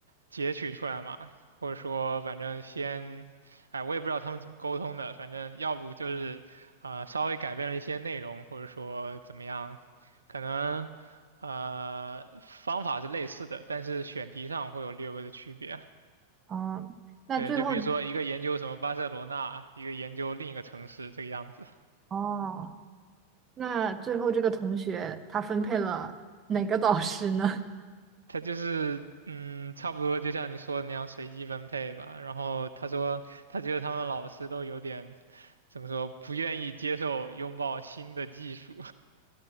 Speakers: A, on the right; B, on the right.
A: 截取出来嘛，或者说反正先，哎，我也不知道他们怎么沟通的，反正要不就是呃稍微改变了一些内容，或者说怎么样，可能呃方法是类似的，但是选题上会有略微的区别。
B: 哦，那最后，
A: 对，就比如说一个研究什么巴塞罗那，一个研究另一个城市这个样子。
B: 哦，那最后这个同学他分配了哪个导师呢？
A: 他就是嗯，差不多就像你说的那样随机分配吧。然后他说，他觉得他们老师都有点怎么说，不愿意接受拥抱新的技术，